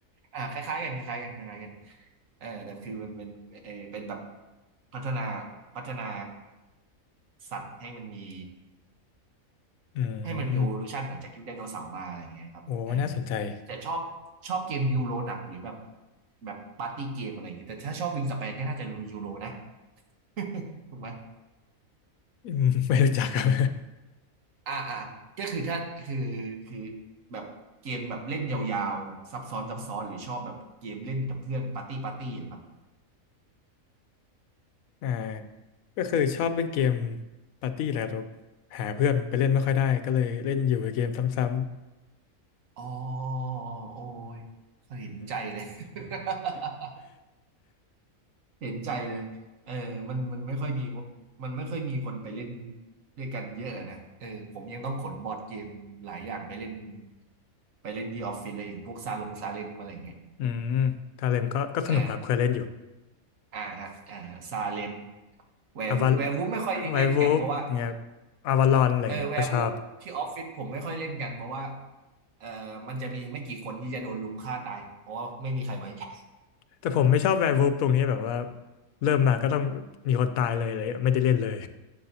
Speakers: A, on the right (about 70°); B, on the left (about 80°).
A: อ่าคล้ายๆกันคล้ายๆกันคล้ายๆกันเออแต่คือมันเป็นเออเป็นแบบพัฒนาพัฒนาสัตว์ให้มันมี
B: อื
A: ให้มันมี
B: ม
A: evolution อะจากยุคไดโนเสาร์มาอะไรอย่างเงี้ยครับเออ
B: โอ้น่าสนใจ <laughs>
A: แต่ชอบชอบเกมยูโรหนักหรือแบบแบบปาร์ตี้เกมอะไรอย่างเงี้ยแต่ถ้าชอบวิงสเปนก็น่าจะรู้ยูโรนะ <laughs> ถูกไหม
B: อืมไม่รู้จักครับ
A: อ่าอ่าก็คือถ้าคือคือแบบเกมแบบเล่นยาวๆซับซ้อนซับซ้อนหรือชอบแบบเกมเล่นกับเพื่อนปาร์ตี้ปาร์ตี้อะครับ
B: <laughs> อ่าก็คือชอบเล่นเกมปาร์ตี้แหละครับหาเพื่อนไปเล่นไม่ค่อยได้ก็เลยเล่นอยู่กับเกมซ้
A: อ๋อโอ้ยเห็นใจเลย <laughs> เห็นใจเลยเออมันมันไม่ค่อยมีมันไม่ค่อยมีคนไปเล่นด้วยกันเยอะนะเออผมยังต้องขนบอร์ดเกมหลายอย่างไปเล่นไปเล่นที่ออฟฟิศเลยอย่างพวกซาลงซาเลมอะไรอย่างเงี้ย
B: ำๆ <laughs> อืมกาเลมก็ก็สนุกครับเคยเล่นอยู่
A: อ่าอ่าฮะอ่าซาเลมแวร์วูฟแวร์วูฟไม่ค่อยเล่นกันเพราะว่า
B: อาวาไววูฟเงี้ยอาวาลอนอะไรเงี้ยก็ชอบ
A: เออแวร์วูฟที่ออฟฟิศผมไม่ค่อยเล่นกันเพราะว่าเออมันจะมีไม่กี่คนที่จะโดนลุมฆ่าตายเพราะว่าไม่มีใครไว้ใจ
B: แต่ผมไม่ชอบไววูฟตรงนี้แบบว่าเริ่มมาก็ต้องมีคนตายเลยเลยไม่ได้เล่นเลย